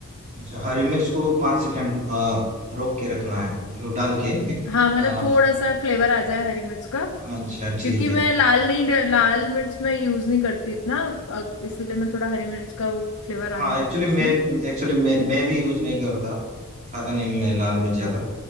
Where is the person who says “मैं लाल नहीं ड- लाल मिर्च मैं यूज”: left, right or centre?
Left